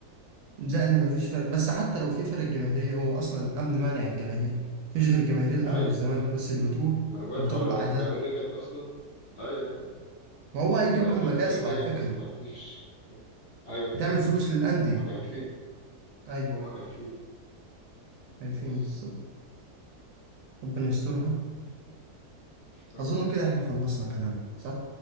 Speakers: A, on the right (about 70°); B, on the left (about 55°).
A: زائد ان مفيش فرق بس حتى لو في فرق جماهيرية هو اصلا امن مانع الجماهير مفيش غير جماهير الاهلي
B: ما ايوه
A: والزمالك
B: ما
A: بس اللي بتروح
B: ما انا بقولك
A: وبتروح
B: هو لو
A: باعداد
B: الجماهير رجعت اصلا ايوه ايوه
A: وهو هيجيب
B: بقولك
A: لهم
B: لو
A: مكاسب
B: الجماهير رجعت
A: على فكرة
B: اصلا ما فيش ايوه طبعا
A: بتعمل فلوس للاندية
B: هما خايفين
A: ايوه
B: هما خايفين
A: عارفين
B: بس
A: بالظبط ربنا يسترها
B: يا
A: اظن
B: رب.
A: كده احنا خلصنا كلامنا صح